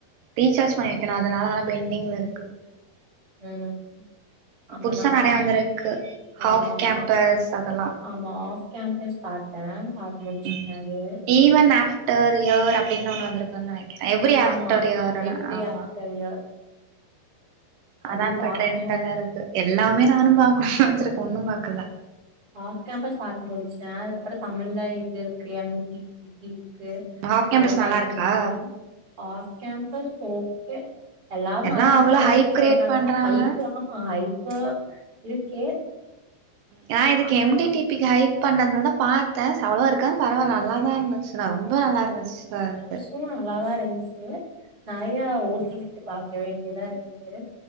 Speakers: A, on the right (about 80°); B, on the right (about 25°).
A: ரீசார்ஜ் பண்ணி வைக்கணு அதனால தா பென்டிங்ல இருக்கு
B: ம் ஆமா
A: புதுசா
B: நா
A: நெறையா வந்துருக்கு ஹாஃப்
B: ஆமா ஆமா
A: கேம்பஸ் அதெல்லா
B: ஆமா ஆஃப் கேம்பஸ் பாத்தே பாத்து முடிச்டே
A: ம்
B: அது
A: ஈவன் ஆஃப்டர் இயர் அப்டின்னு ஒன்னு வந்திருக்குன்னு நெனக் எவ்ரி ஆஃப்டர்
B: ஆமா
A: இயர்னு
B: எவ்ரி
A: ஆமா
B: ஆஃப்டர் இயர் அதுவும்
A: அதா இப்ப
B: பாக்கணு
A: ட்ரெண்ட் எல்லா இருக்கு எல்லாமே நானு பாக்கணுனு வச்சிருக்கே ஒன்னு பாக்கல
B: ஆஃப் கேம்பஸ் பாத்து முடிச்சுட்டே அதுக்கப்பறோ தமிழ்ல இது இருக்கு எம்டிடிபி க்கு
A: ஹாஃப் கேம்பஸ்
B: அது பாத்து
A: நல்லா இருக்கா
B: முடிக்கணு ஆஃப் கேம்பஸ் ஓகே எல்லாரு
A: எல்லா
B: நல்லா இருக்கு
A: அவ்ளோ
B: நல்லா
A: ஹைப்
B: இருக்கு
A: கிரியேட்
B: சொல்றாங்கனா
A: பண்றாங்க
B: ஹைப்பு ஆமா ஹைப்பு இருக்கே
A: நா இதுக்கு
B: ஆ
A: எம்டிடிபிக்கு ஹைப் பண்ணதுனாலதா பாத்தே அவ்ளோ இருக்கா பரவால நல்லாதா இருந்துது சுன்னா ரொம்ப நல்லா இருந்துச்சு அது
B: இதுவூ நல்லாதா இருந்துச்சு நெறையா
A: ம்
B: ஓட்டி விட்டு பாக்க வேண்டியதா இருந்துது